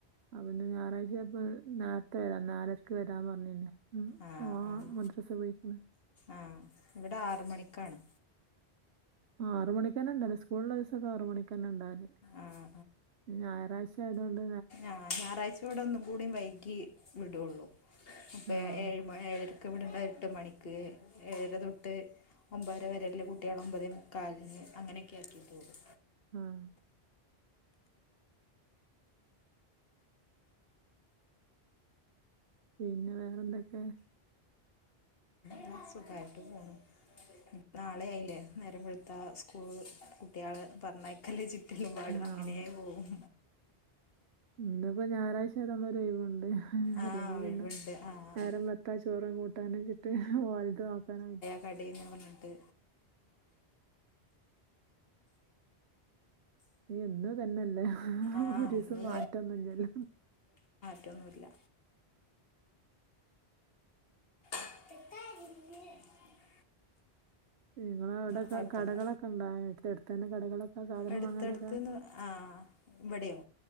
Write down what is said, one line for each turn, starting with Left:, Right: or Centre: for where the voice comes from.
Right: അപ്പൊ ഇന്ന് ഞായറാഴ്ചആയപ്പം നേരത്തെ വരാം നാലരക്ക് വരാന്ന് പറഞ്ഞിര് ന്ന്
Left: ആഹ്
Right: ആ
Left: ആഹ്
Right: മദ്രസ പോയിക്ണ്
Left: ആഹ് ഇവിടെ ആറ്മണിക്കാണ്.
Right: ആറ് മണിക്കന്നെണ്ടാവല് സ്കൂളുള്ള ദിവസൊക്ക ആറ മണിക്കക്ക് ക്കെണ് ഇണ്ടാവൽ
Left: ആഹ്
Right: ഞായറാഴ്ച ആയത് കൊണ്ട്
Left: ആ ഞായറാഴ്ച ഇവിടെ ഒന്നും കൂടി വൈകി വിടോള്ളൂ അപ്പൊ
Right: ആഹ്
Left: ഏഴ് ഏഴ രക്ക് വിടേണ്ടിയത് എട്ട് മണിക്ക് ഏഴര തൊട്ട് ഒമ്പതര വരെയുള്ള കുട്ടികൾ ഒമ്പത് മുക്കാലിന് അങ്ങനെയൊക്കെ ആക്കിയിട്ടുള്ളു.
Right: ആഹ്. പിന്നെ വേറെന്തൊക്കെ?
Left: അ സുഖായിട്ട് പോണു നാളെ ആയില്ലേ. നേരം വെള്ത്താ സ്കൂൾ കുട്ട്യേള് പറഞ്ഞയക്കല്ലേ ചി ട്ടിലമ്പാടും
Right: ആഹ്
Left: അങ്ങനെ പോകും
Right: ഇന്ന്പ്പം ഞായറാഴ്ച <unintelligible> ഓയ്‌വ്ണ്ട്
Left: ആഹ്
Right: അല്ലെങ്കി
Left: ഒഴിവുണ്ട്
Right: പിന്നെ
Left: ആഹ്
Right: നേരം വെളുത്താ ചോറും കൂട്ടാനും വെച്ചിട്ട് ഓല്ത് നോക്കാനും
Left: കടെന്ന് പറഞ്ഞിട്ട്
Right: എന്നും ഇന്നെയല്ലേ
Left: ആഹ്
Right: ഒരു ദിവസം
Left: അത്
Right: മാറ്റൊന്നുംലല്ലോ
Left: റ്റൊന്നുല്ല എട്ട <unintelligible>
Right: നിങ്ങടെഅവിടെക്കെ
Left: കൊഴപ്പല്ല
Right: കടകളൊക്കെ ഇണ്ടാ അട്ത്തട്ത്ത് തന്നെ കടകളൊക്കെ സാധനം
Left: എടുത്തടുത്ത്ന്ന്
Right: വാങ്ങാനൊക്കെ
Left: ആ ഇവിടെയോ